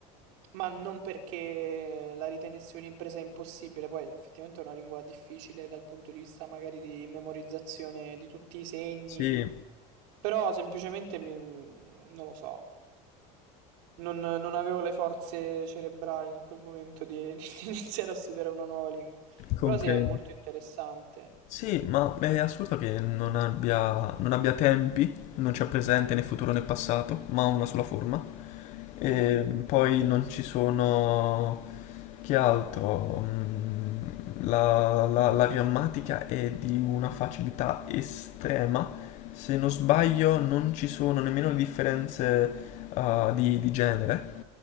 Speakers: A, on the right; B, on the left.
A: ma non perché la ritenessi un'impresa impossibile, poi effettivamente è una lingua difficile dal punto di vista magari di memorizzazione di tutti i segni,
B: Sì,
A: però semplicemente mi- non lo so, non, non avevo le forze cerebrali in quel momento di, <laughs> di iniziare a studiare una nuova lingua, però
B: comprendo.
A: sì, è molto interessante.
B: Sì, ma è assurdo che non abbia, non abbia tempi, non c'è presente né futuro né passato, ma ha una sola forma. E
A: Mm.
B: poi non ci sono... che altro? Mm, La, la- la grammatica è di una facilità estrema. Se non sbaglio, non ci sono nemmeno le differenze, ah, di, di genere.